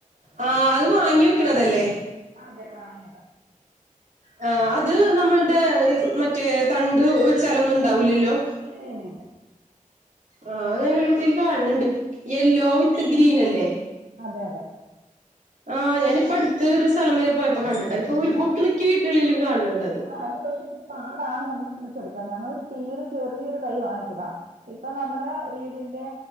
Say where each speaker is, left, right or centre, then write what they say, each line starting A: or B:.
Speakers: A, on the right; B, on the right.
A: ആ അത് വാങ്ങി വെക്ക്ണതെല്ലേ?
B: അതെ വാങ്ങിയതാ.
A: ആ അത് നമ്മൾടെ മറ്റേ തണ്ട് വെച്ചാലൊന്നും ഇണ്ടാവൂല്ലല്ലോ?
B: ഇല്ല്യല്ല്യല്ല
A: ആഹ് അങ്ങനൊരുതില് കാണ് ണ്ട് യെല്ലോ വിത്ത് ഗ്രീനല്ലേ?
B: അതെ അതെ
A: ആ ഞാനിപ്പട്ത്ത് ഒരു സ്ഥലം വരെ പോയപ്പം കണ്ട്ട്ടാ ഇപ്പൊരു ഒട്ട്മിക്ക വീട്ട്കളിലും കാൺണ് ണ്ടത്.
B: ആഹ് അത് പക്ഷെ ഇച്ചിരി പാടാണ് നമ്മക്ക് കിളിച്ചെടുക്കാ ഞങ്ങള് തീരെ ചെറിയൊരു തൈ വാങ്ങിച്ചെതാ ഇപ്പ നമ്മടെ വീടിന്റെ